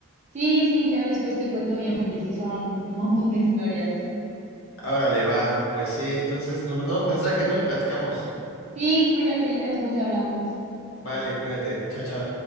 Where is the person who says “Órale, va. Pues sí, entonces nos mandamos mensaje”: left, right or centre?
Left